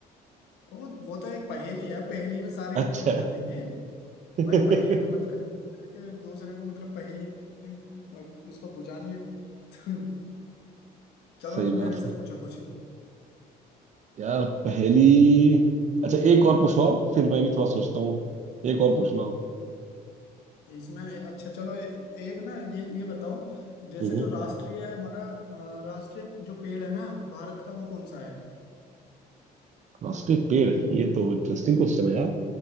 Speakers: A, on the left; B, on the right.
A: वो वो तो एक पहेली है पहेली में सारे हिंट
B: अच्छा
A: थोड़ी ना देंगे
B: <laughs>
A: भाई पहेली का मतलब ही है कि दूसरे को मतलब पहेली अ, उसको बुझानी है <laughs> चलो
B: सही
A: तुम
B: बात
A: मेरे से
B: है
A: पूछो कुछ
B: यार पहली अच्छा एक और पूछ लो आप फिर मैं भी थोड़ा सोचता हूँ एक और पूछ लो आप
A: इसमें अच्छा चलो ए, एक ना ये ये बताओ जैसे
B: हम्म,
A: जो राष्ट्रीय है हमारा अ, राष्ट्रीय जो पेड़ है ना भारत का वो कौन सा है
B: रास्ते पेड़ ये तो इंटरेस्टिंग क्वेश्चन है यार